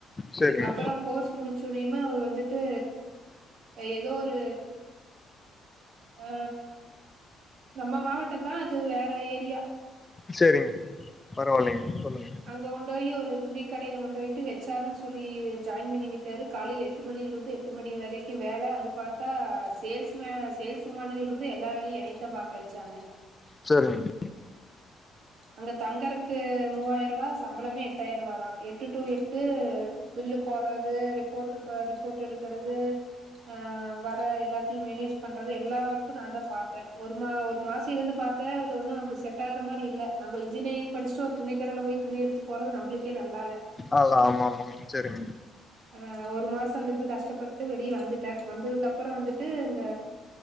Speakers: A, on the left (about 20°); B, on the right (about 60°).
A: சேரிங்க
B: அப்பற கோர்ஸ் முடிச்சுனுமே அவர் வந்துட்டு ஏதோ ஒரு அ நம்ம மாவட்டந்தா அது வேற ஏரியா
A: சேரிங்க பரவாயில்லைங்க சொல்லுங்க
B: அங்க உண்டாயி ஒரு துணி கடையில கொண்டு போயிட்டு ஹெ ச் ஆர் னு சொல்லி ஜாயின் பண்ணி விட்டாரு காலையில எட்டு மணியில இருந்து எட்டு மணி வரைக்கு வே வேல அது பாத்தா சேல்ஸ்ம சேல்ஸ் வுமன்ல இருந்து எல்லா வேலயு என்னைத்தா பாக்க வச்சாங்க
A: சேரிங்க
B: அங்க தங்கருக்கு மூவாயிர ரூவா சம்பளமே எட்டாயிரரூவா தா எட்டு டூ எட்டு பில் பில்லு போடுறது ரிப்போட் ரிப்போட் எடுக்கறது ஆ வர எல்லாத்தையு மேனேஜ் பண்றது எல்லா ஒர்க்கு நா தா பார்த்த ஒரு மா ஒரு மாச இருந்து பாத் பாத்த அது ஒன்னும் நம்மளுக்கு செட் ஆகுற மாரி இல்ல நம்ம இன்ஜியரிங் படிச்சுட்டு ஒரு துணி கடையில போய் துணி எடுத்து போடறது நம்ளுக்கே நல்லால்ல
A: ஆல ஆமா ஆமாங்க சேரிங்க
B: அ ஒரு மாச அங்கிருந்து கஷ்டப்பட்டு வெளிய வந்துட்ட வந்ததுக்கு அப்புற வந்துட்டு இங்க